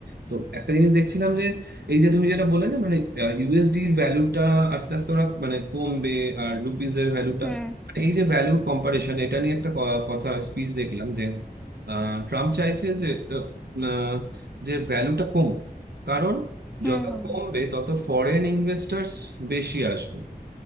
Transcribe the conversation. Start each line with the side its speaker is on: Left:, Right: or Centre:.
Right: তো একটা জিনিস দেখছিলাম যে এই যে তুমি যেটা বললে না মানে ইউএসডি এর ভ্যালুটা আস্তে আস্তে ওরা মানে কমবে আর রুপিজ এর ভ্যালুটা
Centre: হুম
Right: মানে এই যে ভ্যালু কম্পারিশন এটা নিয়ে একটা ক- কথা স্পিচ দেখলাম যে আহ, ট্রাম্প চাইছে যে আহ, আহ, যে ভ্যালুটা কমুক কারণ
Centre: হুম
Right: যত
Centre: হুম
Right: কমবে তত ফরেন ইনভেস্টার্স বেশি আসবে